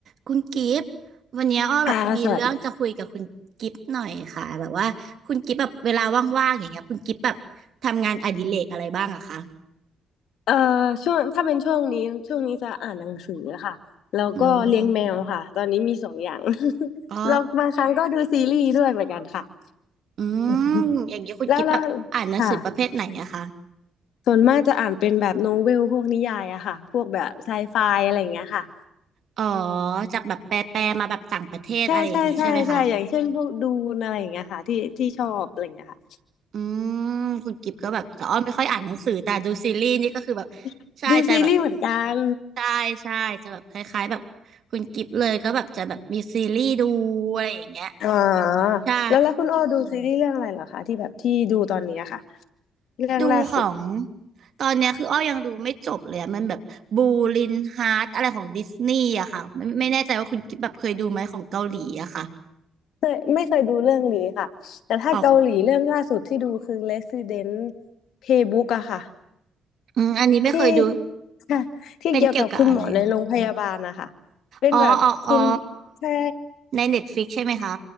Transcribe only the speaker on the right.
คุณกิฟต์วันเนี้ยอ้อแบบมีเรื่องจะคุยกับคุณกิฟต์หน่อยค่ะแบบว่าคุณกิฟต์แบบเวลาว่างๆอย่างเงี้ยคุณกิฟต์แบบทำงานอดิเรกอะไรบ้างอะคะ
โอ้
อ๋อ
อื
มอย่างเงี้ยคุณกิฟต์แบบอ่านหนังสือประเภทไหนอะคะ
อ๋อจากแบบแปลๆมาแบบต่างประเทศอะไรอย่างงี้ใช่ไหมคะ
อืมคุณกิฟก็แบบแต่อ้อไม่ค่อยอ่านหนังสือแต่ดูซีรีส์นี่ก็คือแบบ
ใช่ใจแบบ
ใช่ใช่จะแบบคล้ายๆแบบคุณกิฟเลยก็แบบจะแบบมีซีรีส์ดูอะไรอย่างเงี้ย
ใช่
ดูของตอนเนี้ยคืออ้อยังดูไม่จบเลยอะมันแบบบูลินฮาร์ตอะไรของดิสนีย์อะค่ะไม่ไม่แน่ใจว่าคุณกิฟแบบเคยดูไหมของเกาหลีอะค่ะ
ออก
อืมอันนี้ไม่เคยดู
เป็นเกี่ยวกับอะไรอะค่ะ
อ๋ออ๋ออ๋อ
ในเน็ตฟลิกใช่ไหมคะ